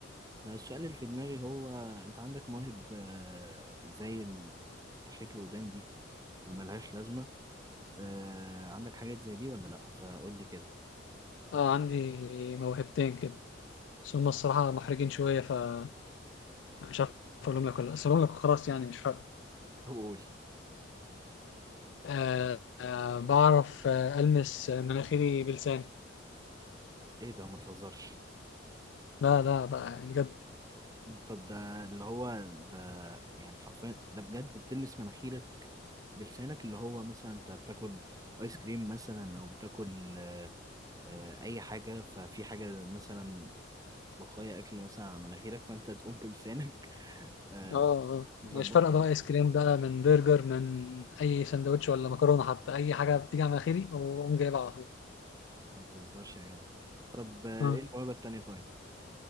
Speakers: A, on the right (about 20°); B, on the left (about 70°).
A: فالسؤال اللي في دماغي هو انت عندك مواهب آه، زي ال- تحريك الودان دي وملهاش لازمة آه عندك حاجات زي دي ولا لأ فقول لي كده
B: اه عندي موهبتين كده بس هم الصراحة محرجين شوية فمش عارف أقولهم لك ولا لأ. بس أقولهم لك وخلاص يعني مش فارقة
A: طب قول
B: آه آه بعرف آه ألمس مناخيري بلساني
A: ايه ده ما تهزرش
B: لا لا بقى يعني بجد
A: طب ده اللي هو ده يعني حرفيا ده بجد بتلمس مناخيرك بلسانك اللي هو مثلا انت بتاكل ايس كريم مثلا او بتاكل آه اي حاجة ففي حاجة مثلا بقايا اكل مثلا على مناخيرك فانت تقوم بلسانك آه
B: اه آه.
A: مظبطها
B: مش فارقة بقى آيس كريم بقى من برجر من أي سندوتش ولا مكرونة حتى أي حاجة بتيجي على مناخيري وأقوم جايبها على طول
A: ما تهزرش يا جدع طب آه،
B: آه.
A: ايه الموهبة التانية طيب